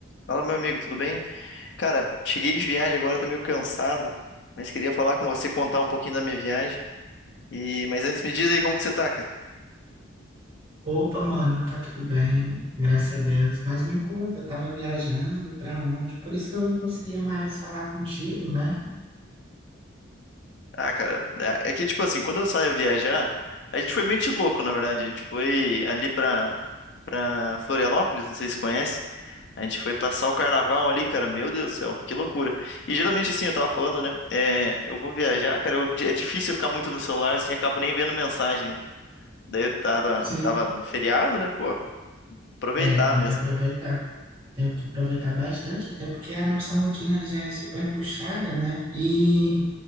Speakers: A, on the left; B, on the right.
A: Fala, meu amigo, tudo bem? Cara, cheguei de viagem agora, tô meio cansado, mas queria falar com você, contar um pouquinho da minha viagem. E mas antes me diz aí como que você tá, cara?
B: Opa, mano, tá tudo bem, graças a Deus. Mas me conta, eu tava viajando pra onde? Por isso que eu não conseguia mais falar contigo, né?
A: Ah, cara, é é que tipo assim, quando eu saio viajar, a gente foi meio de louco, na verdade. A gente foi ali pra para Florianópolis, não sei se conhece. A gente foi passar o carnaval ali, cara. Meu Deus do céu, que loucura. E geralmente assim, eu tava falando, né? É, eu vou viajar, cara, eu- é difícil eu ficar muito no celular, assim, acabo nem vendo mensagem, né? Daí eu tava,
B: Sim,
A: tava no feriado, né? Pô, aproveitar
B: é, tem
A: mesmo.
B: que aproveitar. Tenho que aproveitar bastante, até porque a nossa rotina já é super puxada, né? E